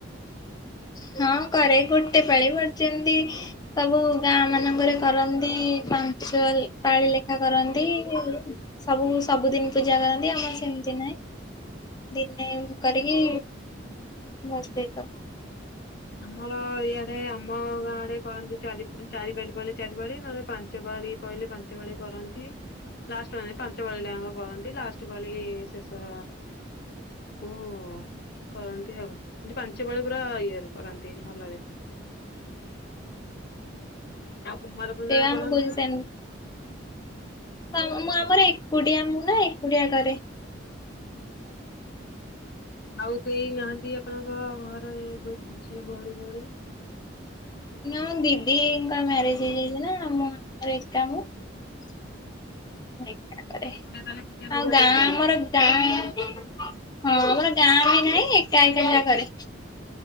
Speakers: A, on the left; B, on the left.
A: ହଁ କରେ ଗୋଟେ ପାଳି ପଡିଛନ୍ତି। ସବୁ ଗାଁ ମାନଙ୍କରେ କରନ୍ତି ପାଞ୍ଚ ପାଳି ଲେଖା କରନ୍ତି। ସବୁ ସବୁଦିନ ପୂଜା କରନ୍ତି ଆମର ସେମିତି ନାହିଁ। ଦିନେ କରିକି ଭସେଇ ଦଉ।
B: ଆମର ଏଇଆଡେ ଆମ ଗାଁଡେ କରନ୍ତି ଚାରିପଳି ଚାରିପଳି ନହେଲେ ପାଞ୍ଚ ବାଳି। କହିଲେ ପାଞ୍ଚ ବଳି କରନ୍ତି। ଲାଷ୍ଟ ବଳେ ପାଞ୍ଚ ପାଳିଟ୍ଟାଙ୍କ କରନ୍ତି ଲାଷ୍ଟ ପାଳି ଶେଷ କୁହ କରନ୍ତି ଆଉ ଏତି ପାଞ୍ଚ ପାଳି ପୁରା ଇଏରେ କରନ୍ତି ଭଲରେ। ଆଉ କୁମାରପୂର୍ଣ୍ଣିମା
A: ସେ ଆମକୁ
B: କରନ୍ତିୁ ନା
A: ସେମତି
B: ନାହିଁ?
A: ମୁଁ ଆମର ଏକୁଡିଆ ମୁଁ ନା ଏକୁଡିଆ କରେ।
B: ଆଉ କେହି ନାହାନ୍ତି ଆପଣଙ୍କ ଘରେ ଝିଅ ଭଉଣୀ ଭଉଣୀ?
A: ନା ଦିଦିଙ୍କ ମ୍ୟାରେଜ ହେଇଯାଇଛି ନା ଆମ ଘରେ ଏକା ମୁଁ। ଏକା କରେ
B: ଗୋଟେ ତାହେଲେ ପୂଜା ଫୂଜା
A: ଆଉ ଗାଁ
B: କରିଦିଅନ୍ତି।
A: ଆମର ଗାଁ ହଁ ଆମର ଗାଁ ବି ନାହିଁ ଏକା ଏକା ଯାକରେ।